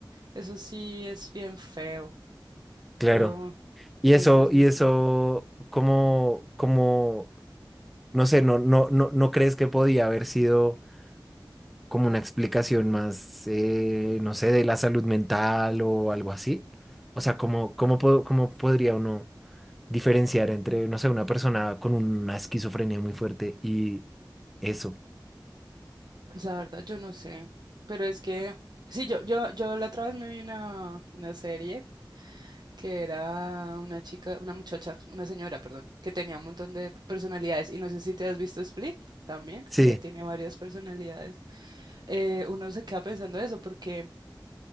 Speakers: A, on the right; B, in the centre.
A: Eso sí es bien feo.
B: Claro.
A: Yo,
B: Y
A: es,
B: eso,
A: es
B: y
A: muy
B: eso,
A: fuerte.
B: como, como, no sé, no, no, no, no crees que podía haber sido como una explicación más, eh, no sé, de la salud mental o algo así. O sea, ¿cómo, cómo, po- cómo podría uno diferenciar entre, no sé, una persona con una esquizofrenia muy fuerte y eso?
A: Pues la verdad, yo no sé, pero es que, sí, yo, yo, yo la otra vez me vi una, una serie que era una chica, una muchacha, una señora, perdón, que tenía un montón de personalidades y no sé si te has visto Split también,
B: Sí,
A: que tiene varias personalidades. Eh, uno se queda pensando eso porque,